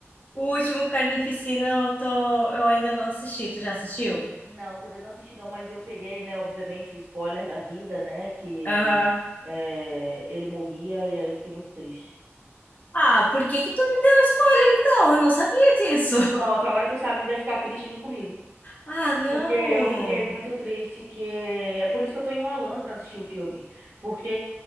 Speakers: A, on the left; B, on the right.
A: o último Carnificina eu tô, eu ainda não assisti. Tu já assistiu?
B: Não, também não assisti não, mas eu peguei, né, obviamente, o spoiler da vida, né, que
A: Aham.
B: é, ele morria, e aí eu fiquei muito triste.
A: Ah, por que que tu me deu spoiler então? Eu não sabia disso. <laughs>
B: Pronto, agora tu sabe, vai ficar triste junto comigo.
A: Ah, não.
B: Porque eu fiquei muito triste que é por isso que eu tô enrolando pra assistir o filme, porque